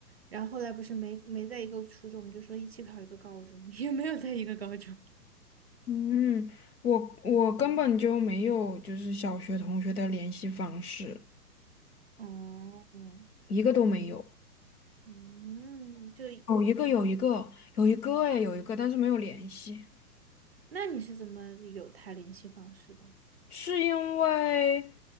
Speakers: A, on the right; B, on the left.
A: 然后后来不是没没在一个初中，我们就说一起考一个高中，<laughs> 也没有在一个高中。
B: 嗯，我我根本就没有就是小学同学的联系方式，
A: 哦，
B: 一个都没有。
A: 嗯，就
B: 哦，有一个有一个有一个哎，有一个，但是没有联系。
A: 那你是怎么有他联系方式的？
B: 是因为，